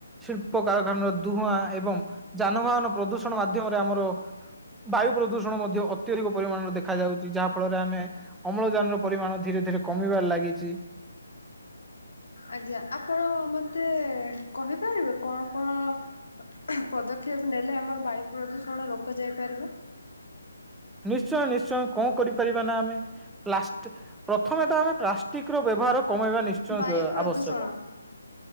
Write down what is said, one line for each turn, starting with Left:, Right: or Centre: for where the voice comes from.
Centre: ଶିଳ୍ପ କାରଖାନା ଧୁଆଁ ଏବଂ ଯାନବାହାନ ପ୍ରଦୂଷଣ ମାଧ୍ୟମରେ ଆମର ବାୟୁ ପ୍ରଦୂଷଣ ମଧ୍ୟ ଅତ୍ୟଧିକ ପରିମାଣରେ ଦେଖା ଯାଉଛି ଯାହା ଫଳରେ ଆମେ ଅମ୍ଳଜାନ ର ପରିମାଣ ଧୀରେ ଧୀରେ କମିବାରେ ଲାଗିଛି।
Left: ଆଜ୍ଞା, ଆପଣ ମୋତେ କହିପାରିବେ କଣ କଣ? ପଦକ୍ଷେପ ନେଲେ ଆମର ବାୟୁ ପ୍ରଦୂଷଣ ରୋକା ଯାଇ ପାରିବ।
Centre: ନିଶ୍ଚୟ ନିଶ୍ଚୟ କଣ କରିପାରିବା ନା ଆମେ ପ୍ଲାଷ୍ଟ ପ୍ରଥମେ ତ ଆମେ ପ୍ଲାଷ୍ଟିକ ର ବ୍ୟବହାର କମେଇବା ନିଶ୍ଚୟ
Left: ବାୟୁ ପ୍ରଦୂଷଣ
Centre: ଆବଶ୍ୟକ।